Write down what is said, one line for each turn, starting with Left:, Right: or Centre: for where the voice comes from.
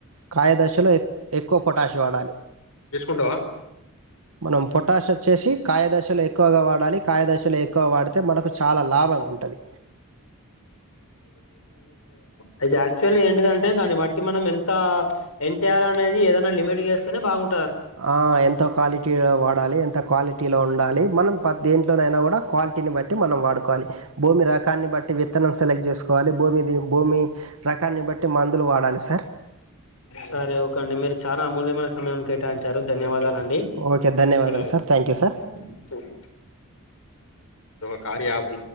Right: కాయ దశలో ఎక్- ఎక్కువ పొటాష్ వాడాలి
Left: తీసుకుంటవా
Right: మనం పొటాష్ వచ్చేసి కాయ దశలో ఎక్కువగా వాడాలి, కాయ దశలో ఎక్కువ వాడితే మనకు చాలా లాభంగుంటది.
Left: అయితే యాక్చువల్లీ ఏంటిదంటే దాన్ని బట్టి మనం ఎంత ప్చ్ ఎంతెయ త అనేది ఏదైనా మిట్ గేస్తేనే బాగుం
Right: ఆ ఎంత క్వాలిటీ వాడాలి, ఎంత క్వాలిటీలో ఉండాలి మనం పద్దేంట్లోనైన కూడా క్వాలిటీని బట్టి మనం వాడు కోలి భూమి రకాన్ని బట్టి విత్తనం సెలెక్ట్ చేసుకోవాలి భూమి భూమి రకాన్ని బట్టి మందులు వాడాలి సార్.
Left: సరే ఓక అండి మీరు చాలా అమూల్య స మయం కేటాయించారు ధన్యవాదాలు అండీ
Right: ఓకే. ధన్యవాదాలు
Left: ఇసుక lorry వచ్చింది
Right: sir. Thank you sir.
Left: <inaudible> కార్య యాప్